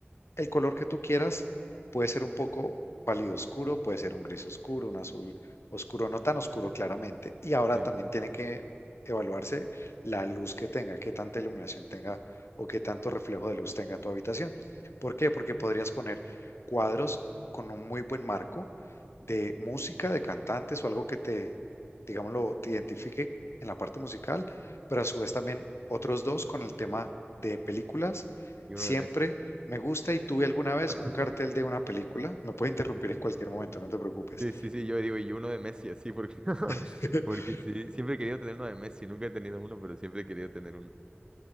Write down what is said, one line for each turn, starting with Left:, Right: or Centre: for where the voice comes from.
Left: el color que tú quieras puede ser un poco pálido oscuro, puede ser un gris oscuro, un azul oscuro, no tan oscuro claramente. Y ahora
Right: Sí.
Left: también tiene que evaluarse la luz que tenga, qué tanta iluminación tenga o qué tanto reflejo de luz tenga tu habitación. ¿Por qué? Porque podrías poner cuadros con un muy buen marco de música, de cantantes o algo que te, digámoslo, te identifique en la parte musical, pero a su vez también otros dos con el tema de películas
Right: Y
Left: siempre
Right: uno de Messi.
Left: me gusta y tuve alguna vez
Right: <laughs>
Left: un cartel de una película. Me puedes interrumpir en cualquier momento, no te preocupes.
Right: Sí, sí, sí, sí, yo digo, y uno de Messi, así, porque, <laughs>
Left: <laughs>
Right: porque sí, siempre he querido tener uno de Messi, nunca he tenido uno, pero siempre he querido tener uno.